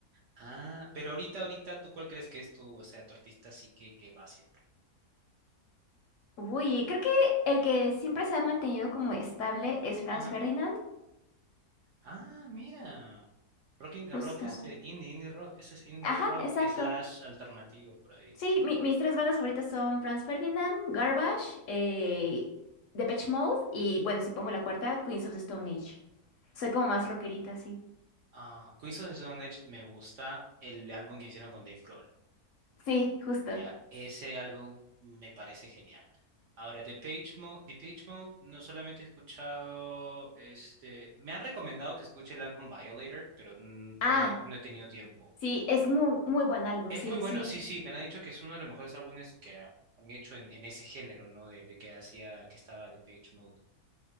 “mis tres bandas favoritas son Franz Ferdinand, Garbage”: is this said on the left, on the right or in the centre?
Left